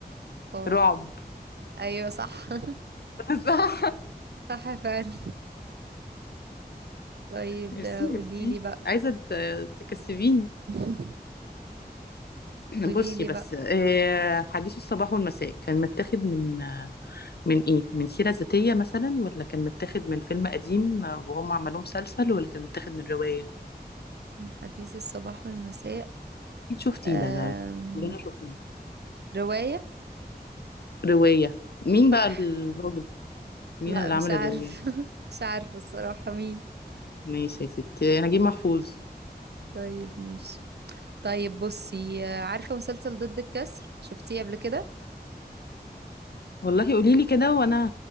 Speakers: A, on the right; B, on the left.
A: اه
B: رعب
A: ايوه صح <laughs>
B: <laughs> صح
A: صح فعلا طيب
B: ميرسي
A: آه، قولي
B: ميرسي
A: لي بقى
B: عايزة ت- تكسبيني
A: <laughs>
B: <clears throat>
A: قولي
B: بصي
A: لي
B: بس
A: بقى
B: آه، حديث الصباح والمساء كان متاخد من آه، من ايه من سيرة ذاتية مثلا ولا كان متاخد من فيلم قديم آه، وهم عملوه مسلسل ولا كان متاخد من رواية
A: حديث الصباح والمساء
B: أكيد شفتيه
A: أم...
B: ده ده كلنا شفناه
A: رواية
B: رواية مين
A: صح
B: بقى الراجل مين
A: لا
B: اللي
A: مش
B: عمل
A: عارف
B: الرواية
A: <laughs> مش عارفة الصراحة مين
B: ماشي يا ستي نجيب محفوظ
A: طيب ماشي طيب بصي عارفة مسلسل ضد الكسر شفتيه قبل كده
B: والله قولي لي كده وانا